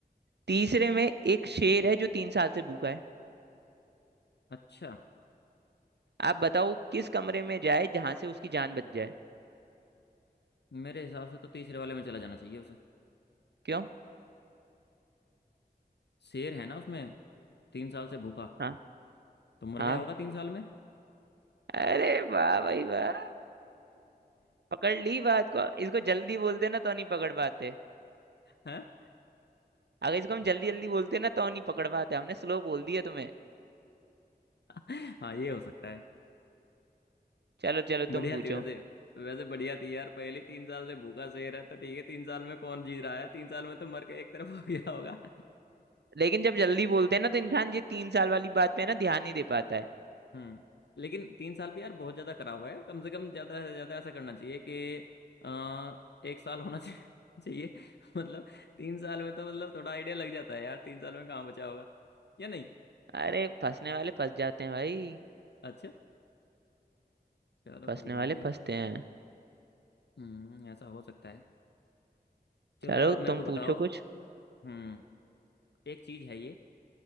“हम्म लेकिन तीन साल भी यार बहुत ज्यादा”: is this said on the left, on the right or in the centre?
Left